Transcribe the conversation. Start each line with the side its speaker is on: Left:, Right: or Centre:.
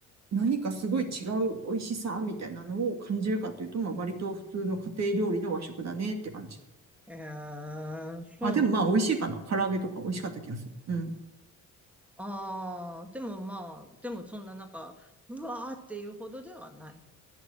Right: 何かすごい違う美味しさみたいなのを感じるかっていうと、まあ、割と普通の家庭料理の和食だねって感じ。
Centre: ええそうなん
Right: あ、でもまあ、美味しいかな。唐揚げとか美味しかった気がする。うん。
Centre: ああー、でもまあ、でもそんななんか、うわーっていうほどではない。